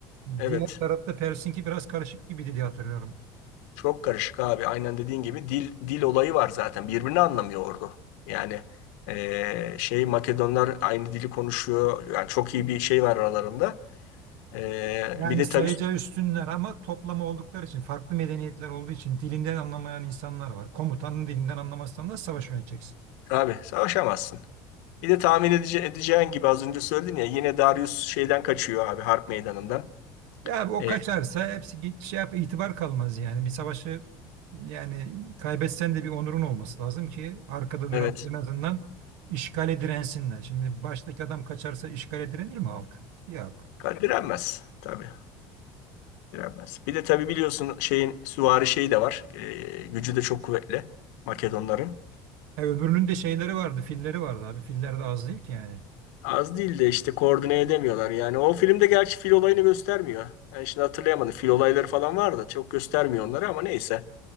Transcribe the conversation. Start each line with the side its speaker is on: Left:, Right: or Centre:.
Left: Evet.
Right: Diğer tarafta Pers'inki biraz karışık gibiydi diye hatırlıyorum.
Left: Çok karışık abi. Aynen dediğin gibi dil dil olayı var zaten. Birbirini anlamıyor ordu. Yani eee, şey Makedonlar aynı dili konuşuyor. Yani çok iyi bir şey var aralarında. Eee,
Right: Yani
Left: bir de
Right: sayıca
Left: tabii
Right: üstünler ama toplama oldukları için farklı medeniyetler olduğu için dilinden anlamayan insanlar var. Komutanın dilinden anlamazsan da savaş yöneteceksin.
Left: abi savaşamazsın. Bir de tahmin edece- edeceğin gibi az önce söyledim ya yine Darius şeyden kaçıyor abi harp meydanından.
Right: Ya abi o
Left: Eee,
Right: kaçarsa hepsi git- şey yap itibar kalmaz yani. Bir savaşı yani kaybetsen de bir onurun olması lazım ki arkada duran
Left: evet.
Right: en azından işgale dirensinler. Şimdi baştaki adam kaçarsa işgale direnir mi halk? Yok.
Left: Ka- Direnmez tabii. Direnmez. Bir de tabii biliyorsun şeyin süvari şeyi de var. Eee, gücü de çok kuvvetli Makedonların.
Right: E öbürünün de şeyleri vardı, filleri vardı abi. Filler de az değil ki yani.
Left: Az değil de işte koordine edemiyorlar. Yani o filmde gerçi fil olayını göstermiyor. Ben şimdi hatırlayamadım. Fil olayları falan var da çok göstermiyor onları ama neyse.